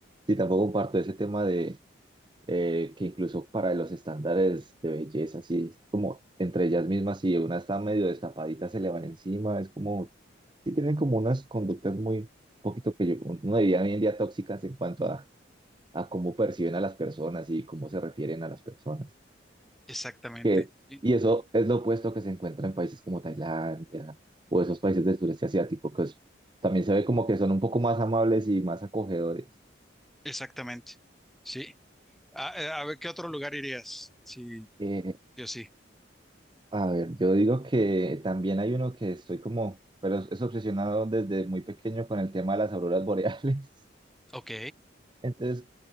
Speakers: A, on the right; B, in the centre.
A: sí, tampoco comparto ese tema eh, que incluso para los estándares de belleza, así es como entre ellas mismas, si una está medio destapadita, se le van encima, es como, sí tienen como unas conductas muy, poquito que yo, uno diría hoy en día tóxicas en cuanto a, a cómo perciben a las personas y cómo se refieren a las personas.
B: Exactamente,
A: Que,
B: sí,
A: y eso es lo opuesto que se encuentra en países como Tailandia o esos países del sureste asiático, que es- también se ve como que son un poco más amables y más acogedores.
B: exactamente, sí. A, eh, a ver, ¿qué otro lugar irías? Sí,
A: Eh,
B: yo sí.
A: A ver, yo digo que también hay uno que estoy como, pero es obsesionado desde muy pequeño con el tema de las auroras boreales.
B: Ok,
A: <laughs> Entonces,